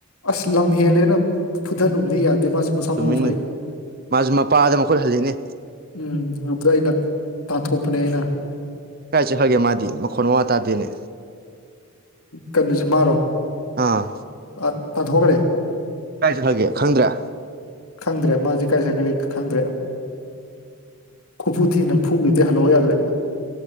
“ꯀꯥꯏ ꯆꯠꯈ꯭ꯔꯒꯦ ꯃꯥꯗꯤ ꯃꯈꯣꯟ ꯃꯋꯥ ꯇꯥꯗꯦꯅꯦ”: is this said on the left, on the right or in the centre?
Right